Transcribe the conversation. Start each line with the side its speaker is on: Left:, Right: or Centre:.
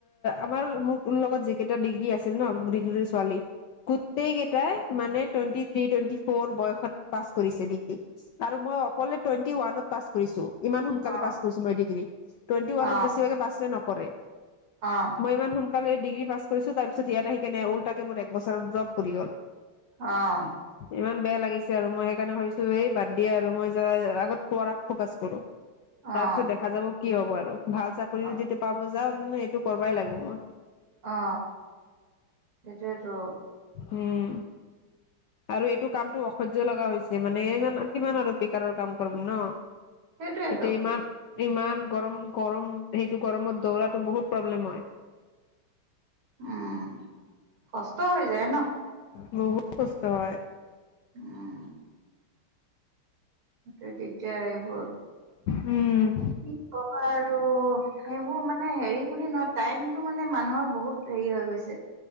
Left: আমাৰ মোৰ লগত যে, কেইটা ডিগ্ৰী আছিল ন, ডিগ্ৰীৰ ছোৱালী গোটেই কেইটাই মানে টুৱেণ্টি থ্ৰী, টুৱেণ্টি ফ'ৰ বয়সত পাছ কৰিছে ডিগ্ৰী। আৰু মই অকলে টুৱেটি ৱানত পাছ কৰিছো। ইমান সোনকালে
Right: অ
Left: পাছ কৰিছো মই ডিগ্ৰী টুৱেটি ওৱান
Right: অ
Left: বেছিভাগ পাছ ন, কৰে।
Right: অ
Left: মই ইমান সুনকা, কালে ডিগ্ৰী পাছ কৰিছো তাৰ পিছত ইয়াত আহি কেনে উলটাকে মোৰ এক বছৰত ড্ৰপ পৰি গ'ল।
Right: অহ।
Left: ইমান বেয়া লাগিছে আৰু মই সেইকাৰণে ভাবিছো এই বাদ দিয়া আৰু মই আগত প ফকাচ কৰো।
Right: অ',
Left: তাৰ পিছত দেখা যাব। কি হ'ব আৰু। ভাল চাকৰি
Right: অ',
Left: যদি পাব যাওঁ। এইটো কৰিবাই লাগিব মই।
Right: অ সেইটোৱেটো।
Left: উম আৰু এইটো কামটো অসহ্য লগা হৈছে। মানে ইমান কিমান আৰু বেকাৰৰ কাম কৰিম ন। <unintelligible>
Right: সেইটোৱেটো।
Left: এতিয়া ইমান ইমান গৰম গৰম, সেইটো গৰমত দৌৰাতো বহুত প্ৰব্লেম হয়।
Right: উম, কষ্ট হৈ যায় ন?
Left: বহুত কষ্ট হয়।
Right: উম। সেইটোৱে দিগদাৰ আৰু এইবোৰ।
Left: উম।
Right: কি কবা আৰু সেইবোৰ মানে হেৰি কৰি ন টাইম, টো মানে মানুহৰ, বহুত হেৰি হৈ গৈছে